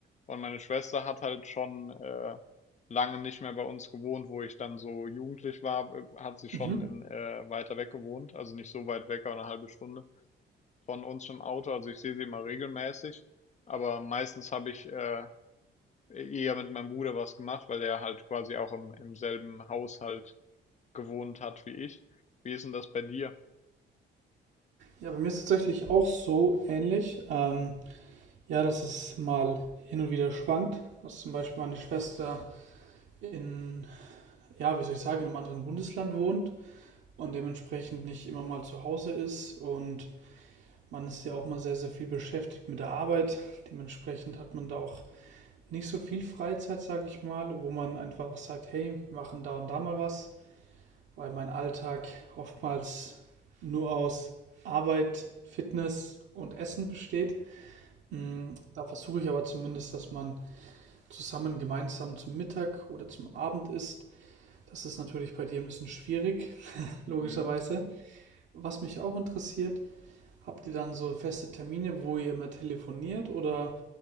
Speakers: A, on the left; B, on the right.
A: Und meine Schwester hat halt schon äh, lange nicht mehr bei uns gewohnt, wo ich dann so jugendlich war, äh, hat sie schon
B: Mhm.
A: in, äh, weiter weg gewohnt, also nicht so weit weg, aber eine halbe Stunde von uns im Auto. Also ich sehe sie immer regelmäßig, aber meistens habe ich äh, eher mit meinem Bruder was gemacht, weil er halt quasi auch im, im selben Haushalt gewohnt hat wie ich. Wie ist denn das bei dir?
B: Ja, bei mir ist es tatsächlich auch so ähnlich. Ähm, ja, dass es mal hin und wieder schwankt. Dass zum Beispiel meine Schwester in, ja, wie soll ich sagen, in einem anderen Bundesland wohnt und dementsprechend nicht immer mal zu Hause ist. Und man ist ja auch mal sehr, sehr viel beschäftigt mit der Arbeit. Dementsprechend hat man da auch nicht so viel Freizeit, sage ich mal, wo man einfach sagt, hey, wir machen da und da mal was, weil mein Alltag oftmals nur aus Arbeit, Fitness und Essen besteht. Mm, Da versuche ich aber zumindest, dass man zusammen gemeinsam zum Mittag oder zum Abend isst. Das ist natürlich bei dir ein bisschen schwierig, <laughs> logischerweise.
A: Mhm.
B: Was mich auch interessiert, habt ihr dann so feste Termine, wo ihr immer telefoniert oder